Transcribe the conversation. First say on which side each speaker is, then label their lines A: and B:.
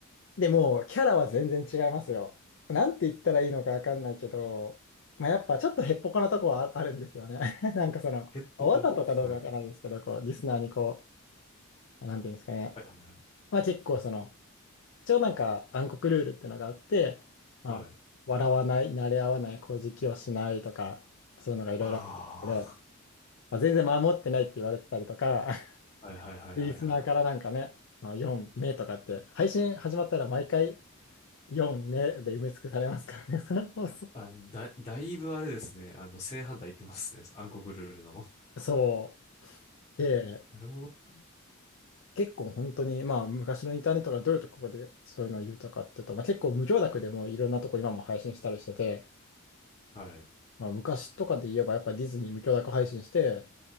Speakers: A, on the left; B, on the left.
A: でも、キャラは全然違いますよ。なんて言ったらいいのかわかんないけど、まあ、やっぱちょっとへっぽこなとこはああるんですよね。<laughs> なんかその、
B: へっぽこ。
A: わざとかどうかわからないですけど、
B: はい。
A: こう、リスナーにこう、なんていうんですかね。
B: はいはいはい。
A: まあ結構その、一応なんか暗黒ルールってのがあって、まあ、
B: はい。
A: 笑わない、慣れ合わない、乞食をしないとか、そういうのがいろいろあるんですけど、
B: あ
A: まあ全然守ってないって言われてたりとか、<laughs>
B: あ。はいはいはいはいはい。
A: リスナーからなんかね、あの4名とかって、配信始まったら毎回4名で埋め尽くされますからね、<laughs> その放送。
B: あ、だ、だいぶあれですね。あの、正反対言ってますね。暗黒ルールの。
A: そう。で、
B: <laughs> なるほど
A: 結構本当に、まあ昔のインターネットがどういうところでそういうのを言うとかっていうと、まあ、結構無許諾でもいろんなとこ今も配信したりしてて、
B: な。はい。
A: まあ、昔とかで言えばやっぱディズニー無許諾配信して、